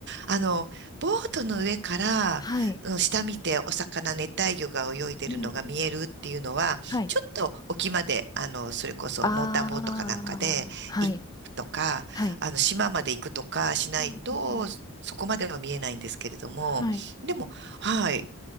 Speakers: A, on the right; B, on the left.
A: あの、ボートの上から、
B: はい。
A: うん下見てお魚、熱帯魚が泳いでるのが見えるっていうのは、
B: うんうん。はい。
A: ちょっと沖まで、あの、それこそモーターボートかなんかで行くとか、
B: ああ、はい、はい。
A: あの、島まで行くとかしないと、
B: うんうん。
A: そこまでは見えないんですけれども、
B: はい。
A: でも、はい、